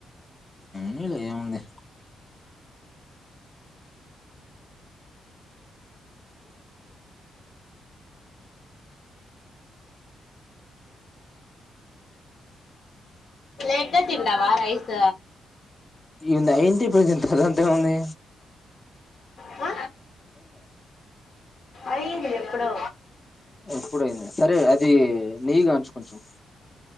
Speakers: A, on the left (about 25°); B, on the left (about 65°).
A: నీలే ఏముంది
B: పెట్టతిండవా రైస్
A: ఈ నైన్టీ పర్సెంట్ అదంతే ఉంది
B: ఆ అయిదు ఎప్పుడు
A: ఎప్పుడైంది సరే అది నెయ్యిగా ఉంచు కొంచెం